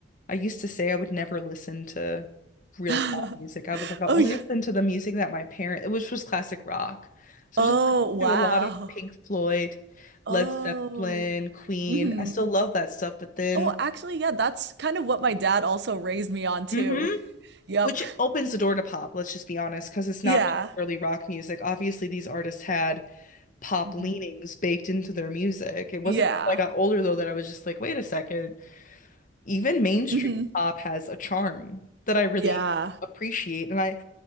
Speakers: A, on the left; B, on the right.
A: I used to say I would never listen to real
B: <laughs>
A: pop music. I was like, I'll
B: Oh
A: only
B: yeah.
A: listen to the music that my parents, which was classic rock. So
B: Oh
A: just
B: wow.
A: to a lot of Pink Floyd,
B: Oh.
A: Led Zeppelin, Queen.
B: hmm
A: I still love that stuff, but then
B: Oh, actually, yeah, that's kind of what my dad also raised me on too.
A: hmm
B: Yep.
A: which opens the door to pop, let's just be honest, because it's not
B: Yeah.
A: just purely rock music. Obviously, these artists had pop
B: hmm
A: leanings baked into their music. It wasn't
B: Yeah.
A: until I got older though that I was just like, wait a second, even mainstream
B: hmm
A: pop has a charm that I really
B: Yeah.
A: appreciate. And I